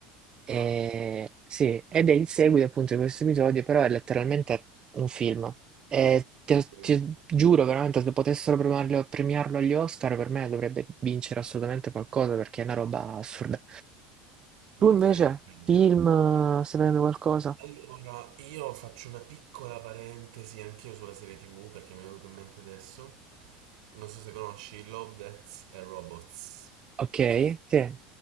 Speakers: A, on the right (about 25°); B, on the right (about 85°).
A: Ehm,
B: Ah,
A: sì, ed è il seguito appunto di questo episodio, però è letteralmente un film. E te
B: sì.
A: ti giuro veramente se potessero premiarlo premiarlo agli Oscar per me dovrebbe vincere assolutamente qualcosa perché è una roba assurda. Tu
B: ok.
A: invece,
B: ok.
A: film, stai vedendo qualcosa?
B: Allora, io faccio una piccola parentesi anch'io sulla serie TV perché mi è venuto in mente adesso. Non so se conosci Love, Death and Robots.
A: Okay, sì.